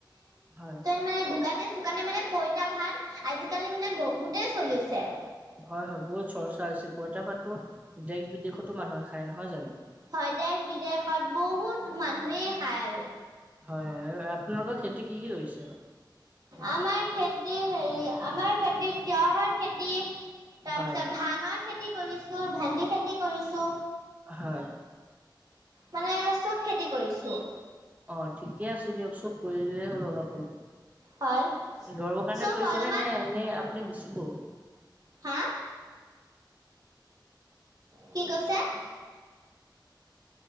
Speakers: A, on the right; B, on the right.
A: হয়
B: মানে দোকানে চোকানে মানে পইতা ভাত আজিকালি মানে বহুতে চলিছে।
A: হয় হয় বহুত চৰ্চা হৈছে পইতা ভাতো দেশ বিদেশতো মানুহে খাই নহয় জানো
B: হয় দেশ বিদেশত বহুত মানুহেই খায় আৰু
A: হয় হয় আপোনালোকৰ খেতি কি কি কৰিছে?
B: আমাৰ খেতিৰ হেৰি আমাৰ খেতিত তিঁয়হৰ খেতি তাৰপিছত
A: হয়
B: ধানৰ খেতি খেতি কৰিছো ভেন্দি খেতি কৰিছো
A: হয়
B: মানে চব খেতি কৰিছো
A: অ ঠিকে আছে দিয়ক চব কৰি দিলেই হ'ল অলপ
B: হয়
A: গৰমৰ কাৰণে
B: চব
A: কৰিছে
B: অলপমান
A: নে নে এনেই আপুনি বেচিব
B: হা কি কৈছে